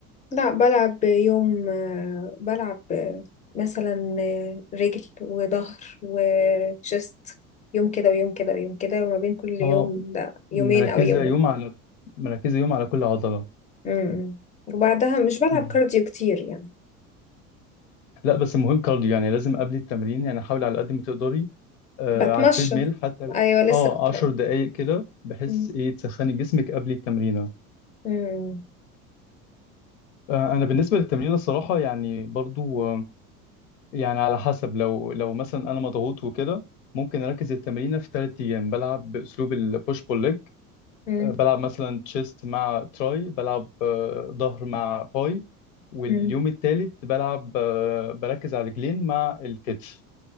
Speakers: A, on the left; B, on the left.
A: لا بلعب يوم آه، بلعب آه، مثلا آه، رجل وظهر وشست يوم كده ويوم كده ويوم كده وما بين كل يوم
B: اه
A: ده يومين
B: مركزة
A: او يوم
B: يوم على مركزة يوم على كل عضلة
A: امم وبعدها مش بلعب
B: مم.
A: كارديو كتير يعني
B: لا بس المهم كارديو يعني لازم قبل التمرين يعني حاولي على قد ما تقدري آه
A: بتمشى
B: على التريد ميل حتى
A: ايوه لسه
B: اه
A: كنت
B: 10
A: هقول
B: دقايق كده بحيث
A: مم.
B: ايه تسخني جسمك قبل التمرين
A: مم.
B: آه، انا بالنسبه للتمرين الصراحه يعني برضو آه، يعني على حسب لو لو مثلا انا مضغوط وكده ممكن اركز التمرينه في ثلاث ايام بلعب باسلوب البوش بول ليج
A: مم.
B: بلعب مثلا تشيست مع تراي بلعب آه، ظهر مع باي واليوم
A: مم.
B: الثالث بلعب آه، بركز على رجلين مع الكتف